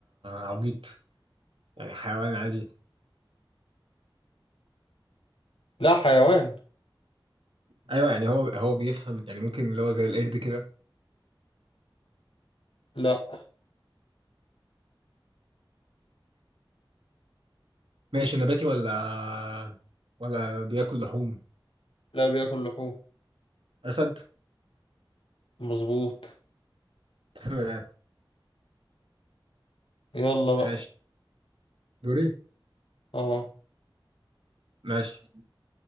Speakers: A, on the right; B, on the left.
A: عبيط يعني حيوان عادي
B: لا حيوان
A: ايوه يعني هو هو بيفهم يعني ممكن اللي هو زي القرد كده
B: لا
A: ماشي نباتي ولا ولا بياكل لحوم
B: لا بياكل لحوم
A: اسد <laughs>
B: مظبوط
A: تمام
B: يلا بقى
A: ماشي دوري
B: اه
A: ماشي